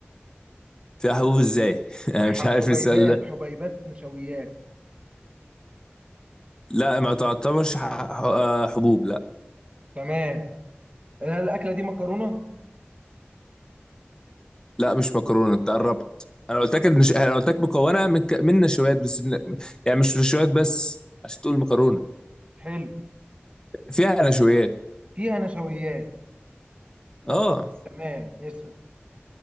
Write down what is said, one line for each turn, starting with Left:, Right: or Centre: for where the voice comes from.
Left: فيها حبوب ازاي <laughs> انا
Right: ح-
Left: مش عارف
Right: حبيبات
Left: السؤال ده
Right: حبيبات نشويات
Left: لا ما تعتبرش ح- ح- آه، حبوب لا
Right: تمام هل الأكلة دي مكرونة؟
Left: لا مش مكرونه انت قربت انا قلت لك إن ش- انا قلت لك مكونه من ك... من نشويات بس يعني مش نشويات بس عشان تقول مكرونه
Right: حلو
Left: فيها نشويات
Right: فيها نشويات
Left: اه
Right: تمام اسأل